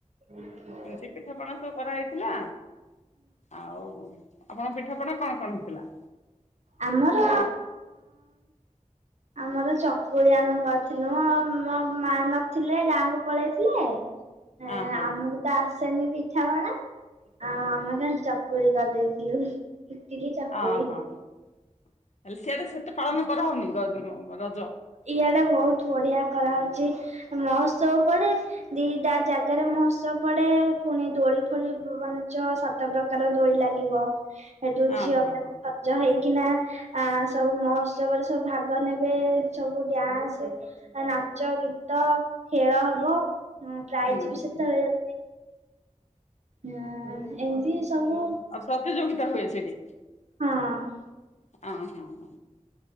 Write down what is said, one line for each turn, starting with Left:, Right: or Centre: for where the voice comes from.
Right: ହୁ ହଁ
Left: ଏମିତି ପିଠାପଣା ସବୁ କରାହେଇଥିଲା ଆଉ ଆପଣଙ୍କ ପିଠ ପଣା କଣ କଣ ହେଇଥିଲା?
Right: ଆମର ଆମର ଚକୁଳି ଆମେ କରିଥିଲୁ ମ ମୋ ମା ନଥିଲେ ଗାଁକୁ ପଳେଇଥିଲେ। ଏଁ
Left: ଆ ହଁ
Right: ଆମକୁ
Left: ହଁ
Right: ତ ଆସେନି ବି ପିଠା ପଣା ଆଉ ଆମେ ଖାଲି ଚକୁଳି କରିଦେଇଥିଲୁ ଇଟିଲି ଚକୁଳି।
Left: ଆ ହଁ ହଁ ହେଲେ ସିଆଡେ ସେତେ ପାଳନ କରାହଉନି ରଜ।
Right: ଇଆଡେ ବହୁତ ବଢିଆ କରାହେଉଛି ମହୋତ୍ସବ ପଡେ। ଦିଟା ଯାଗାରେ ମହୋତ୍ସବ ପଡେ ପୁଣି ଦୋଳି ଫୋଳି ମାନେ ଛ ସାତ ସାତ ପ୍ରକାର ଦୋଳି ଲାଗିବ? ସେଠୁ
Left: ଆ
Right: ଝିଅମାନେ
Left: ହଁ ହଁ
Right: ସଜ ହେଇକିନା ଆ ସବୁ ମହୋତ୍ସବରେ ସବୁ ଭାଗ ନେବେ। ସବୁ ଡ୍ୟାନ୍ସ ନାଚ ଗୀତ ଖେଳ ହବ। ହଁ ପ୍ରାଇଜ
Left: ହୁଁ
Right: ବି
Left: ହୁଁ
Right: ସେତେବେଳେ ହଁ ଏମିତି ସବୁ।
Left: ଆଉ ପ୍ରତିଯୋଗିତା ହୁଏ ସେଠି।
Right: ହଁ।
Left: ଅହ ହ ହ।